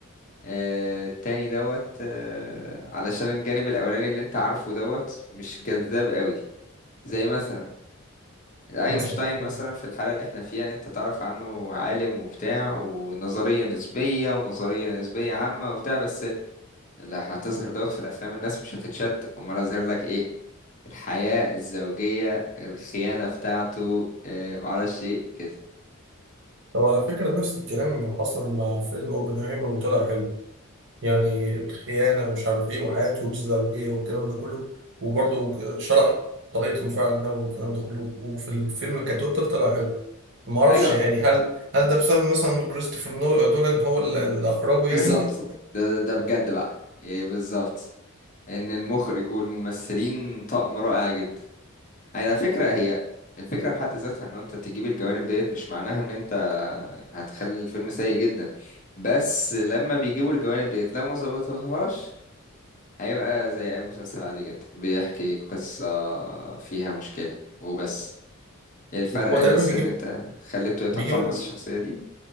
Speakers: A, on the left; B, on the right.
A: آه، التاني دوت آه، علشان الجانب الاولاني اللي انت عارفه دوت مش جذاب قوي زي مثلا اينشتاين
B: مثلا آه.
A: مثلا في الحالة اللي احنا فيها انت تعرف عنه عالم وبتاع ونظرية نسبية ونظرية نسبية عامة وبتاع بس لا هتظهر دوت في الافلام الناس مش هتتشد امال اظهر لك ايه الحياة الزوجية الخيانة بتاعته آه، معرفش ايه كده
B: طب على فكره نفس الكلام اللي حصل مع فيلم اوبنهايمر وطلع حلو يعني الخيانه ومش عارف ايه وحياته الزوجيه والكلام ده كله وبرضه شرح طريقه المفاعل النووي والكلام ده كله وفي الفيلم كتوتال طلع حلو ما اعرفش
A: ايوه
B: يعني هل هل ده بسبب مثلا كريستوفر نو- نولان هو اللي اللي اخرجه يعني
A: بالظبط ده, ده بجد بقى يعني بالظبط ان المخرج والممثلين طقم رائع جدا على فكرة هي الفكرة بحد ذاتها ان انت تجيب الجوانب ديت مش معناها ان انت هتخلي الفيلم سيء جدا بس لما بيجيبوا الجوانب ديت لو ما ظبطتهاش هيبقى زي اي مسلسل عادي جدا بيحكي قصة فيها مشكلة وبس الفرق
B: هو تقريبا
A: بس
B: بيجيب
A: ان انت خليته يتقمص
B: بيجيب ال...
A: الشخصية دي